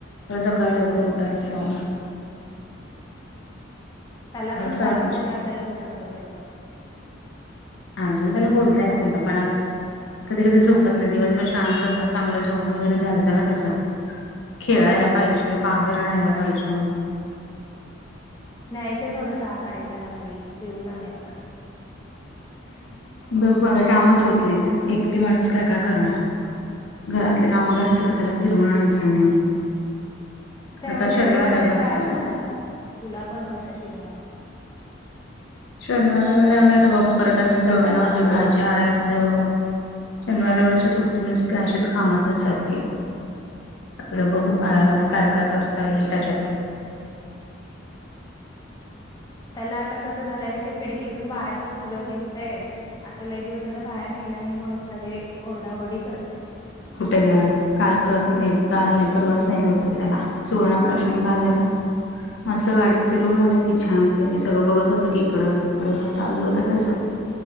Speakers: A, on the left; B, on the left.
A: परत सकाळी लवकर उठायचं.
B: त्याला पण
A: चालू
B: काय होत ते आपल्याला कुठं कळते ग.
A: अजून त्याला बोलता येत नाही ग पण कधी, कधी झोपत नाही दिवसभर शांत होता चांगलं झोपून वगैरे झालत ना त्याचं. खेळायला पाहिजे, बाहेर न्यायला पाहिजे.
B: न्यायचं थोडं सहा, साडेसहा ला खाली फिरवून आणायचं.
A: बघू अगं कामच होत नाहीत एकटी माणूस काय, काय करणार. घरातले कामं करायच का त्याला फिरवून आणायचं म
B: तेवढाच
A: आता शनवार,
B: वेळ काढायचा
A: रविवार आला
B: अर्धा
A: म
B: तास तुला पण होतंय फिरणं
A: शनिवार, रविवार वगैरे आलायता बघू परत अजून दळन, आधी भाजी आणायचं. शनवार, रविवार ची सुट्टी नुसती अशीच कामातच जाते. आपल बघू काय, काय, काय करता येईल त्याच्यात.
B: त्याला आता कसं झालंय ते खिडकीतून बाहेरच सगळं दिसतय. आता लय दिवस झाल बाहेर नेलं नाही म्हणून लगे ओरडा, ओरडी करतय.
A: कुठे ग काल परवा तर नेल काल परवाच नेल होतं की त्याला. सुवर्ण प्राशन पाजायला. मस्त गाडीत फिरून आला की छानपैकी सगळं बघत होतं की इकडं, तिकडं चालू होतं त्याचं.